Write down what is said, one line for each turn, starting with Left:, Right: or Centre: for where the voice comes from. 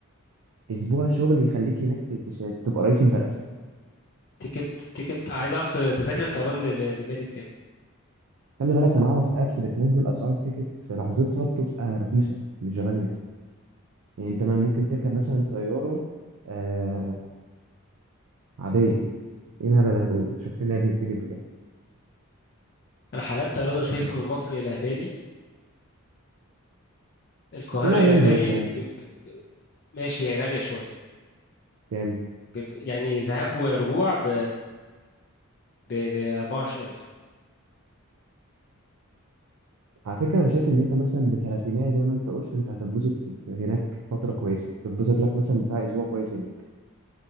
Right: اسبوع شغل يخليك هناك ت- تش- تبقى رئيس البلد
Left: تيكت تيكت عايز اعرف تذاكر الطيران ل- ل- لبالي بكام
Right: خلي بالك انا اعرف ابس بتنزل اسعار تيكت في لحظتها بتبقى رخيصه مش غاليه يعني انت ما ممكن تركب مثلا طياره آه عاديه ايه الهبل اللي انا بقوله ده شوف لنا يا ابني بتجيب بكام
Left: رحلات طيران رخيصة
Right: فشوف
Left: من مصر إلى بالي القاهرة
Right: شوف لنا
Left: إلى
Right: الرينج
Left: بالي
Right: بس يعني
Left: ب... ب... ماشي هي غالية شوية
Right: كام
Left: ب... ب- يعني ذهاب ورجوع ب ب ب 24000
Right: على فكره انا شايف ان انت مثلا بتلاتينية زي ما انت قلت انت هتتبسط هناك فتره كويسه تتبسط لك مثلا بتاع اسبوع كويس هناك